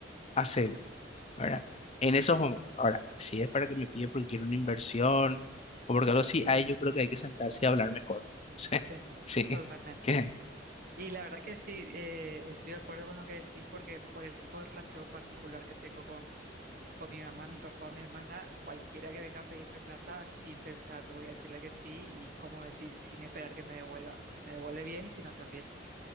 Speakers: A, on the left; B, on the right.
A: hacelo. ¿verdad? En esos momentos. Ahora, si es para que me pide porque quiere una inversión o porque algo así, ahí yo creo que hay que sentarse y hablar mejor. <laughs> Sí,
B: sí,
A: sí.
B: totalmente.
A: ¿Qué?
B: Y la verdad que sí, eh, estoy de acuerdo con lo que decís porque por el tipo de relación particular que tengo con con mi mamá, mi papá o mi hermana, cualquiera que venga a pedirme plata, sin pensar, voy a decirle que sí y como decir, sin esperar que me devuelva. Si me devuelve bien y si no también.